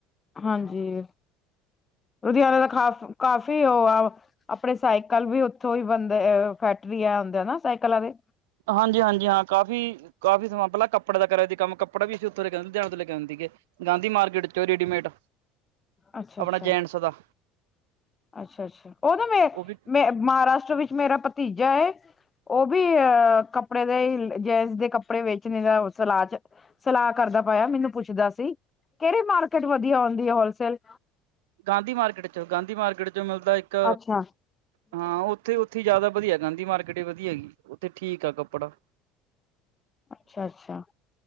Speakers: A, on the left (about 25°); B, on the right (about 75°).
A: ਹਾਂਜੀ, ਲੁਧਿਆਨੇ ਦਾ ਖਾਫ ਕਾਫੀ ਓ ਆ ਆਪਨੇ ਸਾਈਕਲ ਵੀ ਓਥੋਂ ਈ ਬਨਦੇ, ਅ ਫੈਕਟਰੀ ਆ ਔਂਦੇ ਨਾ ਸਾਈਕਲਾਂ ਦੀ।
B: ਹਾਂਜੀ-ਹਾਂਜੀ ਹਾਂ ਕਾਫ਼ੀ ਕਾਫ਼ੀ ਸਮਾਂ ਪੈਲਾ ਕੱਪੜੇ ਦਾ ਕਰਿਆ ਤੀ ਕੰਮ ਕੱਪੜਾ ਵੀ ਅਸੀ ਓਥੋਂ ਲੈ ਕੇ ਔਂਦੇ ਲੁਧਿਆਨੇ ਤੋਂ ਲੈ ਕੇ ਔਂਦੇ ਸੀਗੇ। ਗਾਂਧੀ ਮਾਰਕੀਟ ਚੋਂ ਰੇਡੀਮੇਡ,
A: ਅੱਛਾ
B: ਆਪਨਾ
A: ਅੱਛਾ
B: ਜੈਂਟਸ ਦਾ।
A: ਅੱਛਾ-ਅੱਛਾ ਓ ਨਾ ਮੇ,
B: ਉਹ ਵੀ
A: ਮੈ ਮਹਾਰਾਸ਼ਟਰ ਵਿੱਚ ਮੇਰਾ ਭਤੀਜਾ ਏ। ਉਹ ਵੀ ਅਹ, ਕੱਪੜੇ ਦੇ ਹੀ ਜੇਂਟਸ ਦੇ ਕੱਪੜੇ ਵੇਚਣੇ ਦਾ ਔ ਸਰਾਂ ਚ ਸਲਾਹ ਕਰਦਾ ਪਇਆ, ਮੈਨੂੰ ਪੁੱਛਦਾ ਸੀ ਕਿਹੜੀ ਮਾਰਕੀਟ ਵਧੀਆਂ ਹੁੰਦੀ ਐ ਹੋਲਸੇਲ
B: ਗਾਂਧੀ ਮਾਰਕੀਟ ਚੋਂ, ਗਾਂਧੀ ਮਾਰਕੀਟ ਚੋਂ ਮਿਲਦਾ ਇੱਕ
A: ਅੱਛਾ।
B: ਹਾਂ ਔ ਤੇ ਉੱਥੇ ਜ਼ਿਆਦਾ ਵਧੀਆਂ, ਗਾਂਧੀ ਮਾਰਕੀਟ ਵੀ ਵਧੀਆਂ ਹੈਗੀ ਉੱਥੇ ਠੀਕ ਆ ਕੱਪੜਾ
A: ਅੱਛਾ-ਅੱਛਾ